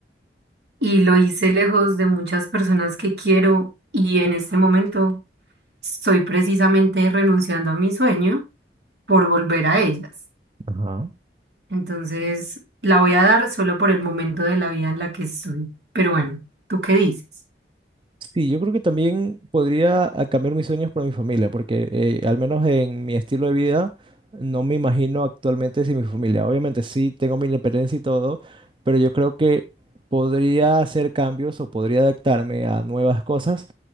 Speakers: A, on the right (about 70°); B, on the right (about 30°).
A: y lo hice lejos de muchas personas que quiero y en este momento estoy precisamente renunciando a mi sueño por volver a ellas.
B: Ajá.
A: Entonces, la voy a dar solo por el momento de la vida en la que estoy. Pero bueno, ¿tú qué dices?
B: Sí, yo creo que también podría ah, cambiar mis sueños por mi familia, porque eh, al menos en mi estilo de vida no me imagino actualmente sin mi familia. Obviamente sí tengo mi independencia y todo, pero yo creo que podría hacer cambios o podría adaptarme a nuevas cosas